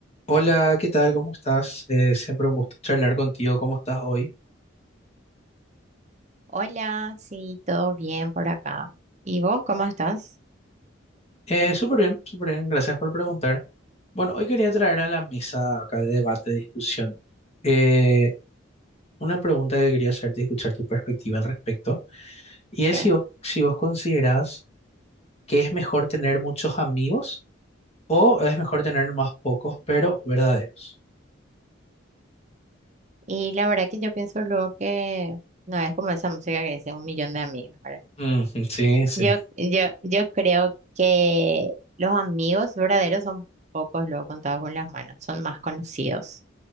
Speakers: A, on the left; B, on the right.
A: Hola, ¿qué tal? ¿Cómo estás? Eh, siempre un gusto charlar contigo. ¿Cómo estás hoy?
B: Hola, sí, todo bien por acá. ¿Y vos cómo estás?
A: Eh, súper bien, súper bien. Gracias por preguntar. Bueno, hoy quería traer a la mesa acá de debate, de discusión, eh, una pregunta que quería hacerte y escuchar tu perspectiva al respecto. Y es
B: ¿Qué?
A: si vos, si vos considerás que es mejor tener muchos amigos o es mejor tener más pocos, pero verdaderos.
B: Y la verdad que yo pienso luego que no es como esa música que dice un millón de amigos, ¿verdad?
A: Mm, <laughs> sí, sí.
B: Yo, yo, yo creo que los amigos verdaderos son pocos luego contados con las manos, son más conocidos